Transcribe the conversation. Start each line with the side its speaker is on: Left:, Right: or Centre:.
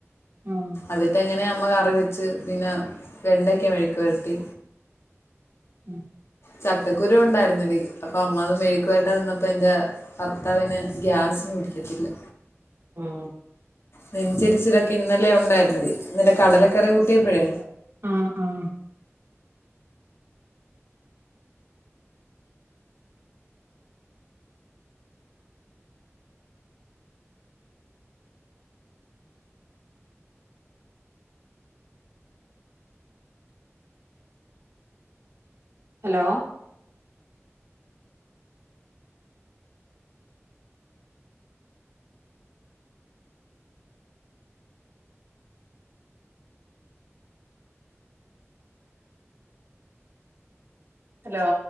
Right: ഉം
Left: അതിട്ട എങ്ങനെയാ അമ്മകറിവെച്ച് പിന്നെ വെണ്ടക്കമെഴ്ക്ക്വരട്ടി
Right: ഉം
Left: ചക്കക്കുരു ഉണ്ടായിരുന്നെടി അപ്പൊ അമ്മത് മെഴ്ക്ക്വരട്ടിയാക്കാൻനിന്നപ്പോ എന്റെ ഭർത്താവിന് ഗ്യാസ്സ് ന്പിടിക്കത്തില്ല
Right: ആഹ്
Left: നെഞ്ചെരിച്ചിലൊക്കെ ഇന്നലെ ഉണ്ടായിരുന്നെടി ഇന്നലെ കടലക്കറി കൂട്ടിയപ്പഴേ
Right: ആഹ്-ആഹ് ഹലോ ഹലോ